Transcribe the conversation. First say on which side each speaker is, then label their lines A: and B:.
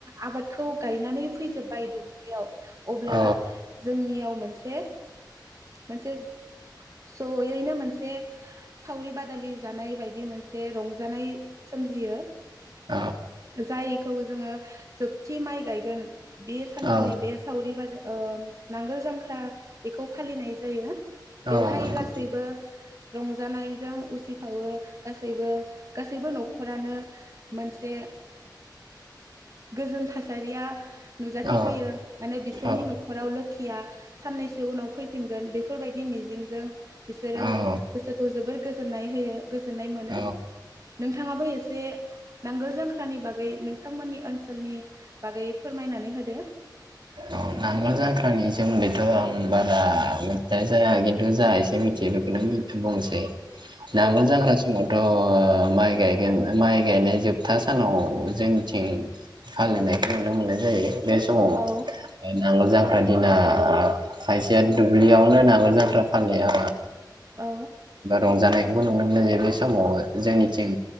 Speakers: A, on the right; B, on the right.
A: आबादखौ गायनानै फैजोब्बाय दुब्लियाव अब्ला
B: औ
A: जोंनियाव मोनसे मोनसे जयैनो मोनसे सावरि बादालि जानाय बायदि दि मोनसे रं रंजानाय सोमजियो
B: औ
A: जायखौ जोङो जोबथि माइ गायगोन बे सानखालि
B: औ
A: बे सावरि बादा ओ नांगोल जांख्रा बेखौ फालिनाय जायो बेवहाय
B: औ नंगौ
A: गासैबो रंजानायजों उसिफावो गासैबो गासैबो न'खरानो मोनसे गोजोन था सारिया नुजाथिफैयो
B: औ
A: माने बिसोरनि
B: औ
A: न'खराव लोखिया साननैसो उनाव फैफिनगोन बेफोरबायदि मिजिंजों बिसोरो
B: औ औ
A: गोसोखौ जोबोर गोजोननाय होयो गोजोननाय मोनो
B: औ औ
A: नोंथाङाबो एसे नांगोल जांख्रानि बागै नोंथांमोननि ओनसोलनि बागै फोरमायनानै होदो
B: औ नांगोल जांख्रानि सोमोन्दैथ' आं बारा मिथिनाय खिन्थु जा एसे मिथियो बेखौनो बुंनोसै नांगोल
A: औ
B: जांख्रा समावथ' ओ माइ गायगोन माइ गायनाय जोबथा सानाव जोंथिं फालिनायखौ नुनो मोननाय जायो बे समाव
A: औ
B: नांगोल जांख्रा दिना खायसेया दुब्लियावनो नांगोल जांख्रा फालियो
A: औ
B: रंजानाय नुनो मोनो जे बे समाव जोंनिथिं